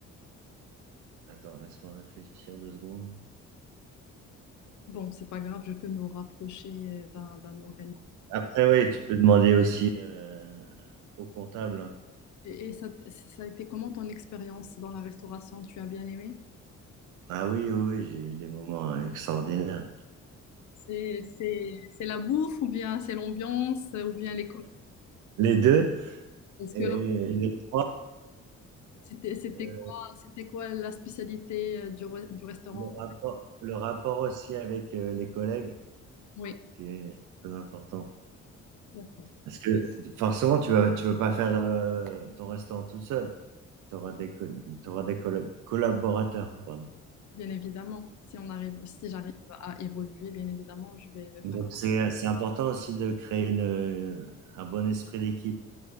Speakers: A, on the right; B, on the left.
A: attends, laisse-moi réfléchir deux secondes.
B: Bon, c'est pas grave, je peux me rapprocher euh, d'un d'un organisme.
A: Après, oui, tu peux demander aussi euh, au comptable. hein.
B: Et, et ça, ça a été comment ton expérience dans la restauration? Tu as bien aimé?
A: Ah oui, oui, oui, j'ai eu des moments extraordinaires.
B: C'est, c'est, c'est la bouffe ou bien c'est l'ambiance ou bien les collègues
A: Les deux
B: Est-ce
A: et,
B: que
A: et
B: là,
A: les trois.
B: c'était, c'était
A: euh,
B: quoi, c'était quoi la spécialité euh, du, re- du restaurant?
A: le rapport, le rapport aussi avec euh, les collègues
B: Oui,
A: qui est très important.
B: d'accord.
A: Parce que forcément, tu vas, tu vas pas faire euh, ton restaurant tout seul. Tu auras des, co- t'auras des colla- collaborateurs, pardon.
B: Bien évidemment, si on arrive, si j'arrive à évoluer, bien évidemment, je vais, vais
A: Donc
B: faire
A: c'est, c'est important aussi de créer une, euh, un bon esprit d'équipe